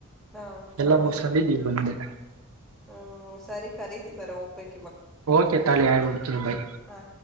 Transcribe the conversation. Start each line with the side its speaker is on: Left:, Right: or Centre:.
Centre: ಹಾ
Right: ಎಲ್ಲ ಮುಗುಸ್ ಬಂದಿದ್ ಈಗ್ ಬಂದೆ
Centre: ಹ್ಮ ಸರಿ ಕರೀತಿದಿದ್ದಾರೆ ಹೋಗ್ಬೇಕು
Right: ಓಕೆ ತಾಲಿ ಆಯ ಕುಡಚ ಬಾಯ
Centre: ಹಾ